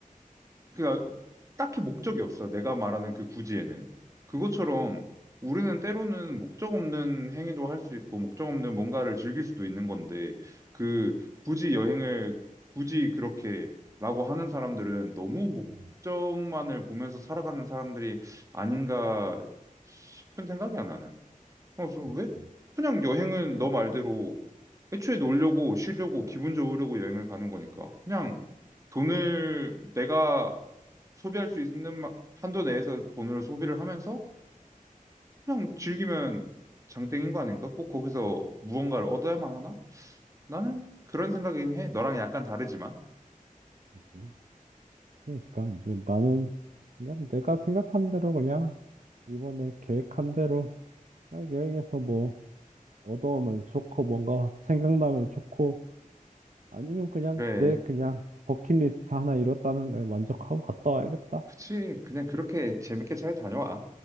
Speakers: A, on the right; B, on the right.
A: 그러니까 딱히 목적이 없어. 내가 말하는 그 구지에는. 그것처럼 우리는 때로는 목적 없는 행위도 할 수 있고, 목적 없는 뭔가를 즐길 수도 있는 건데, 그 굳이 여행을 굳이 그렇게 라고 하는 사람들은 너무 목적만을
B: 음.
A: 보면서 살아가는 사람들이 아닌가 싶은 생각이야, 나는. 어, 그래서
B: 그렇지,
A: 왜 그냥 여행은 너 말대로 애초에 놀려고 쉬려고 기분 좋으려고 여행을 가는 거니까 그냥 돈을 내가 소비할 수 있는 마- 한도 내에서 돈을 소비를 하면서 그냥 즐기면 장땡인 거 아닌가? 꼭 거기서 무언가를 얻어야만 하나? 나는 그런 생각이긴 해. 너랑 약간 다르지만.
B: 그렇지. 그러니까 이제 나는 그냥 내가 생각한 대로 그냥 이번에 계획한 대로 그냥 여행에서 뭐 얻어오면 좋고 뭔가 생각나면 좋고 아니면 그냥
A: 그래.
B: 내 그냥 버킷리스트 하나 이뤘다는 거에 만족하고 갔다 와야겠다.
A: 그치. 그냥 그렇게 재밌게 잘 다녀와.